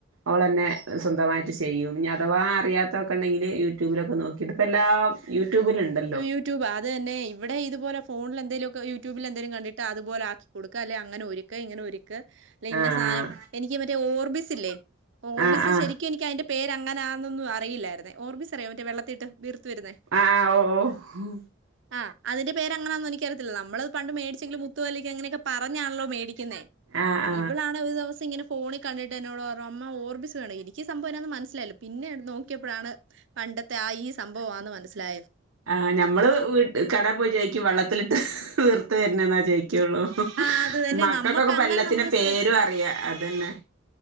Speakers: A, on the right (about 85°); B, on the right (about 60°).
A: ഓളന്നെ സ്വന്തമായിട്ട് ചെയ്യും ഇഞ്ഞി അഥവാ അറിയാത്തൊക്കെ ഇണ്ടെങ്കില് യൂട്യൂബിലൊക്കെ നോ ക്കിട്ട് ഇപ്പെല്ലാം യൂട്യൂബിലെണ്ട്
B: യൂട്യൂബ് അത് തന്നെ ഇവിടേ ഇത്പോലെ ഫോണിലെന്തേലൊക്കെ യൂ ട്യൂബിലെന്തേലും കണ്ടിട്ട് അത്പോലെ ആക്കി കൊടുക്ക് അല്ലേ അങ്ങനെ ഒരുക്ക് ഇങ്ങനെ ഒരു ക്ക് അല്ല ഇന്ന
A: ആഹ്
B: സാനം എനിക്ക് മറ്റേ ഓർബിസ് ഇല്ലെ ഓർബിസ്
A: ആഹ് ആഹ്
B: ശരിക്കും എനിക്ക് അയിന്റെ പേരങ്ങനാന്നൊന്നും അറിയില്ലായിരുന്നെ ഓർബിസറിയാ മറ്റേ വെള്ളത്തി ഇട്ട് വീർത്ത് വരുന്നെ
A: ആഹ് ആഹ് ഓഹ് ഓഹ്
B: ആഹ് അതിന്റെ പേരങ്ങനാന്ന് എനിക്കറിയത്തില്ല നമ്മളത് പണ്ട് മേടിച്ചെങ്കിലും മുത്തുപോലെക്കങ്ങനെക്കെ പറഞ്ഞാണല്ലോ മേടിയ്ക്കുന്നെ
A: ആഹ് ആഹ്
B: ഇവളാണെ ഒരു ദിവസിങ്ങനെ ഫോണി കണ്ടിട്ട് എന്നോട് പറഞ്ഞു അമ്മ ഓർബിസ് വേണം എനിക്ക് സംഭവെന്നാന്ന് മനസ്സിലായില്ല പിന്നെയാണ് നോക്കിയപ്പഴാണ് പണ്ടത്തെ ആഹ് ഈ സംഭവാന്ന് മനസ്സിലായത്
A: ആഹ് ഞമ്മള് വീട്ട് കടേ പോയി ചോയിക്കും വെള്ളത്തിലിട്ട് വീർത്ത് വര്ണെന്നാ ചോയ്ക്കൊള്ളൂ
B: ആ അത് തന്നെ
A: മക്കക്കൊക്കെ
B: നമുക്ക്
A: ഇപ്പെല്ലത്തിന്റേം
B: അങ്ങനെ നമ്മൾ
A: പേരും
B: ശ്രദ്ധ
A: അറിയാം അതന്നെ